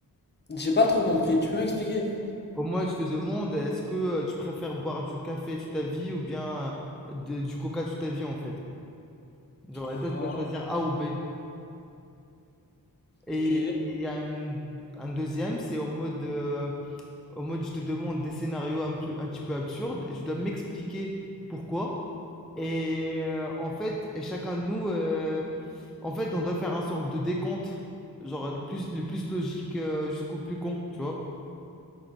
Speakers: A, on the left; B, in the centre.
A: J'ai pas trop compris, tu peux m'expliquer?
B: Au moins, tu te demandes, est-ce que euh, tu préfères boire du café toute ta vie ou bien euh, de- du coca toute ta vie, en fait. Genre, et
A: Ah,
B: toi, tu dois choisir A ou B. Et
A: ok.
B: il y a une- un deuxième, c'est au mode, euh, au mode, je te demande des scénarios un, peu- un petit peu absurdes et tu dois m'expliquer pourquoi. Et euh, en fait, et chacun de nous, euh, en fait, on doit faire un sorte de décompte, genre le plus, le plus logique euh, jusqu'au plus con, tu vois.